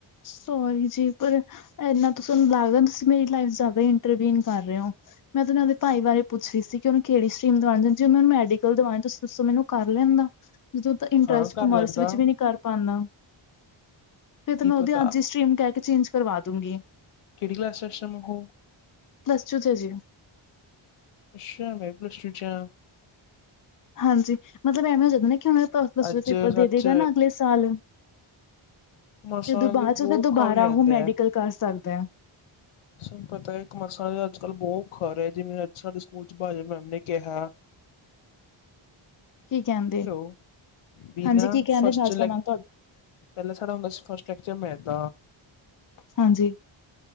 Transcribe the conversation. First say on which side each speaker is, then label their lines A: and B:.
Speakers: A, on the left; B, on the left.
A: ਸੋਰੀ ਜੀ ਪਰ ਨਾਂ ਲੱਗਦਾ, ਤੁਸੀ ਮੇਰੀ ਲਾਈਫ 'ਚ' ਇੰਟਰਵੀਨ ਕਰ ਰਹੇ ਹੋ। ਮੈਂ ਤੇ ਔਨਾ ਦੇ ਭਾਈ ਬਾਰੇ ਪੁੱਛ ਰਹੀ ਸੀ, ਕਿ ਓਹਨੂੰ ਕੇਹੜੀ ਸਟਰੀਮ ਦਵਾੰ ਦੇਣਾ ਜੇ ਔਨੂੰ ਮੈਡੀਕਲ ਦਵਾਣ ਤੁਸੀਂ ਦਸੋੋ ਮੈਨੂੰ ਕਰ ਲੈਂਦਾ, ਜਦੋਂ ਤਾਂ ਇੰਟਰਸਟ
B: ਹਾਂ ਕਰ
A: ਕੋਮਰਸ
B: ਲੈਂਦਾ
A: ਵਿੱਚ ਵੀ ਨੀ ਕਰ ਪਾਦਾ। ਤੇ
B: ਕੀ
A: ਮੈਂ ਓਦੀ
B: ਪਤਾ
A: ਅੱਜ ਹੀ ਸਟਰੀਮ ਕਿਹ ਕੇ ਚੇਂਜ਼ ਕਰਵਾ ਦੂੰਗੀ।
B: ਕਿਹੜੀ ਕਲਾਸ' ਚ ਹੈ, ਇਸ ਟੈਮ ਓਹ?
A: ਪਲਸਟੂ ਚ' ਜੀ।
B: ਅੱਛਾ ਮੈ ਵੀਂ ਪਲਸਟੂ ਚ <unintelligible>
A: ਹਾਂਜੀ, ਮਤਲਬ ਐਵੇਂ ਹੋ ਜਾਂਦਾ ਨਾ ਕਿ ਉਹਨਾਂ ਪਲਸਟੂ
B: ਅੱਜ
A: ਦੇ ਪੇਪਰ
B: ਸੱਚ
A: ਦੇ ਦੇਗਾ ਨਾ ਅਗਲੇ ਸਾਲ
B: ਕਮਰਸ
A: ਤੇ ਉਦੋ
B: ਵਾਲਿਆਂ
A: ਬਾਅਦ
B: ਦੇ ਬਹੁਤ
A: ਚ' ਫੇਰ ਦੁਬਾਰਾ
B: ਔਖਾ ਹੋ ਜਾਂਦਾ
A: ਉਹ ਮੈਡੀਕਲ
B: ਹੈ।
A: ਕਰ ਸਕਦੇ ਆ।
B: ਸਾਨੂੰ ਪਤਾ ਹੈ, ਕਮਰਸਾਂ ਅੱਜ ਕੱਲ੍ਹ ਬਹੁਤ ਖਰ ਹੈ, ਜਿਵੇਂ ਅੱਜ ਸਾਡੇ ਸਕੂਲ ਚ ਬਾਜਪ ਮੈਮ ਨੇ ਕਿਹਾ।
A: ਕੀ ਕਹਿੰਦੇ
B: ਹੈਲੋ ਬਿਨਾ
A: ਹਾਂਜੀ ਕੀ ਕਹਿੰਦੇ
B: ਫਸ਼ਟ
A: ਨਾਜਮਾ
B: ਲੈ।
A: ਮੈਮ ਤੁਹਾਡੇ
B: ਪਹਿਲਾਂ ਸਾਡਾ ਹੁੰਦਾ ਫਸਟ ਲੈਕਚਰ 'ਮੈਥ' ਦਾ।
A: ਹਾਂਜੀ।